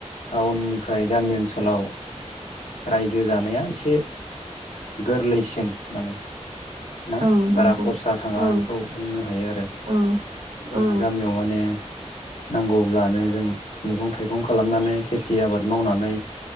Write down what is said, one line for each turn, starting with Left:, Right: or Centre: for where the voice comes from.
Left: टाउननिफ्राय गामि ओनसोलाव रायजो जानाया एसे गोरलैसिन माने। ना
Right: औ नंगौ
Left: बारा खरसा थाङा
Right: औ
Left: बेखौ बुंनो हायो आरो।
Right: औ
Left: जोंहा
Right: औ
Left: गामियाव माने नांगौब्लानो जों मैगं थाइगं खालामनानै खेथि आबाद मावनानै